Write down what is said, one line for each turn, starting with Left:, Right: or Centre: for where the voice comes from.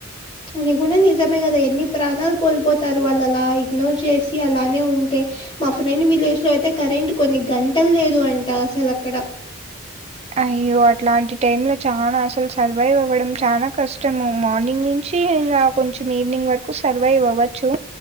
Left: అది కూడా నిజమే కదా ఎన్ని ప్రాణాలు కోల్పోతారు వాళ్ళు అలా ఇగ్నోర్ చేసి అలానే ఉంటే మా ఫ్రెండ్ విలేజ్ లో అయితే కరెంట్ కొన్ని గంటలు లేదు అంట అసలు అక్కడ
Right: అయ్యో అట్లాంటి టైమ్ లో చానా అసలు సర్వైవ్ అవ్వడం చాలా కష్టము మార్నింగ్ నుంచి ఇంగా కొంచెం ఈవినింగ్ వరకు సర్వైవ్ అవ్వచ్చు